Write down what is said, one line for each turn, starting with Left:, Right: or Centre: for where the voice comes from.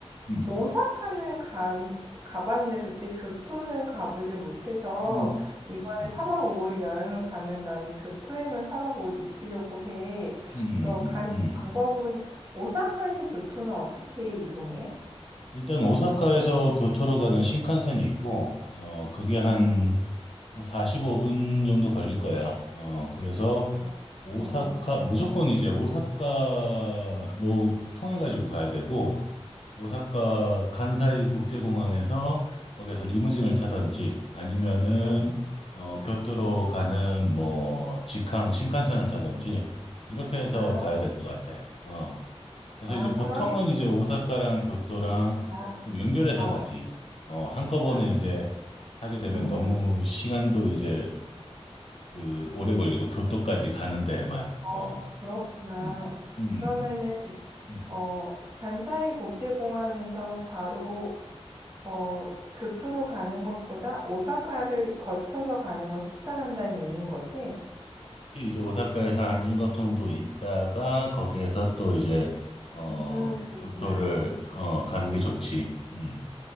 Left: 음.
Right: 오사카는 간, 가봤는데 그때 교토는 가보질 못해서
Left: 음.
Right: 이번에
Left: 음.
Right: 사박 5일 여행을 가면 나는 교토에만 사박 5일 있으려고 해.
Left: 음.
Right: 그래서 가는
Left: 음. 음.
Right: 방법은 오사카에서 교토는 어떻게 이동해?
Left: 일단 오사카에서 교토로 가는 신칸센이 있고 어, 그게 한
Right: 음.
Left: 뭐 45분 정도 걸릴 거야. 어, 그래서
Right: 어,
Left: 오사카,
Right: 그렇구나.
Left: 무조건 이제 오사카로 통해가지고 가야 되고, 오사카 간사이 국제공항에서 거기에서 리무진을 타든지 아니면은
Right: 음.
Left: 어, 교토로 가는 뭐 직항 신칸센을 타든지 이렇게 해서
Right: 아,
Left: 가야 될 것 같아. 어, 그래서
Right: 아,
Left: 이제 보통은
Right: 그러면,
Left: 이제 오사카랑 교토랑
Right: 나,
Left: 좀 연결해서
Right: 어,
Left: 가지. 어, 한꺼번에
Right: 아,
Left: 이제 하게 되면
Right: 음,
Left: 너무
Right: 음,
Left: 시간도 이제 그 오래 걸리고 교토까지 가는 데만
Right: 어,
Left: 어,
Right: 그렇구나.
Left: 음, 음,
Right: 그러면은,
Left: 음.
Right: 어, 간사이 국제공항에서 바로 어, 교토로 가는 것보다 오사카를 거쳐서 가는 걸 추천한다는 얘기인 거지?
Left: 혹시 이제 오사카에서 한 1박 정도 있다가 거기에서 또 이제 어,
Right: 음, 그렇구나.
Left: 교토를 어, 가는 게 좋지. 음,